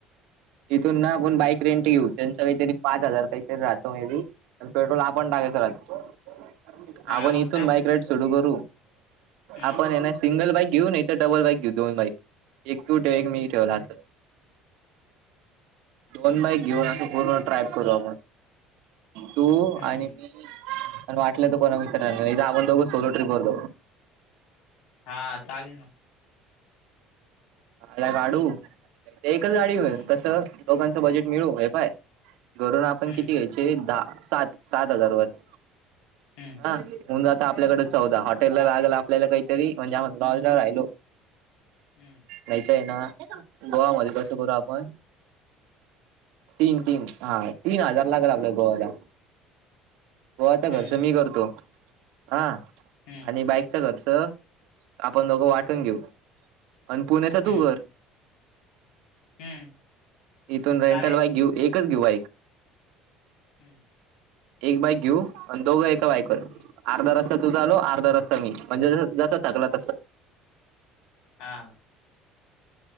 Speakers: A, on the right; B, on the left.
A: तिथून ना आपण बाईक रेंट घेऊ त्यांचा काहीतरी पाच हजार काहीतरी राहतो मेबी आणि पेट्रोल आपण टाकायचं राहत
B: हा
A: आपण
B: मग
A: इथून
B: टाकून
A: बाईक
B: दे
A: राईड
B: ना
A: सुरू करू
B: हम्म
A: आपण ये ना सिंगल बाईक घेऊ नाही तर बल बाक घेऊ दोन बाई एक तू ठेव
B: हम्म
A: एक मी ठेव असं दोन बाईक घेऊन असं पूर्ण ट्राय करू आपण तू
B: हम्म
A: आणि मी पन वाटलं तर कोणा मित्रां नाही तर आपण दोघ सोलो ट्रीप वर जाऊ
B: हा चालेल ना.
A: आला गडू एकच गाडी
B: हम्म
A: कस दोघांचं बजेट मिळू हे पाय घरून आपण
B: हम्म
A: किती घ्यायचे दहा सात सात हजार बस.
B: हम्म
A: हा होऊन जातं आपल्याकडे चौदा हॉटेलला लागेल आपल्याला काहीतरी म्हणजे आप लॉज ला राहिलो
B: हम्म.
A: नाहीत आहे ना गोवामध्ये कसं करू आपण तीन तीन हा तीन हजार लागला आपल्या गोव्याला गोवाचा
B: हम्म
A: खर्च मी करतो हा
B: हम्म.
A: आणि बाईक चा खर्च आपण दोघ वाटून घेऊ पुण्याच तू
B: हम्म
A: कर.
B: हम्म
A: इथून रेंटल
B: चालेल
A: बाईक घेऊ एकच घेऊ बाईक.
B: हम्म.
A: एक बाईक घेऊ आणि दोघं एका बाईकवर
B: हम्म
A: अर्धा रस्ता तुझा चालव अर्धा
B: हम्म
A: रस्ता म्हणजे ज जस थकला तस
B: हा.